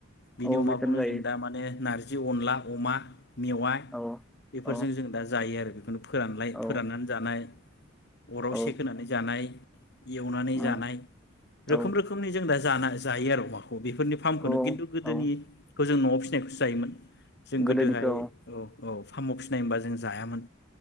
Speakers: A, on the left; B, in the centre.
A: बिनि
B: औ
A: अमाखौनो
B: बेखौनो जायो
A: जों दा माने नारजि अनला अमा मेवाइ
B: औ
A: बेफोरजों
B: औ
A: जों दा जायो आरो फोरानलाय
B: औ
A: फोराननानै जानाय। अराव
B: औ
A: सेख होनानै जानाय। एवनानै
B: उम
A: जानाय रोखोम
B: औ
A: रोखोमनि जों दा जा जायो आरो अमाखौ। बेफोरनि फामखौनो
B: औ
A: किन्तु गोदनिखौ
B: औ
A: जों न'आव फिसिनायखौसो जायोमोन। जों गोदोहाय
B: गोदोनिखौ
A: औ औ फामु फिसिनाय होम्बा जों जायामोन।